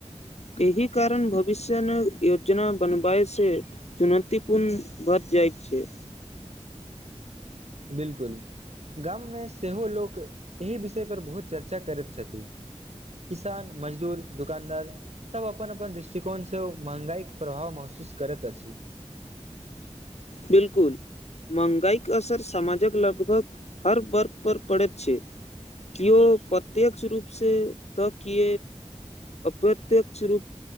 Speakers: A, on the left; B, on the right.
A: एहिह कारण भविष्य ने योजना बनबए से चुनौतीपूर्ण भच जाइके छै
B: ह बिलकुल गाममे सेहो लोक एहि विषयपर बहुत चर्चा करैत छथिन किसान मजदूर दुकानदार सब अपन अपन दृष्टिकोणसँ महगाईक प्रभाव महसू महसूस करैत अछि
A: बिलकुल माहगाईक असर सामजक लगभग हर वर्ग पर पड़ैतै छैय केयो प्रत्य्यक्ष रूपसे तऽ के अप्रत्यक्ष रूप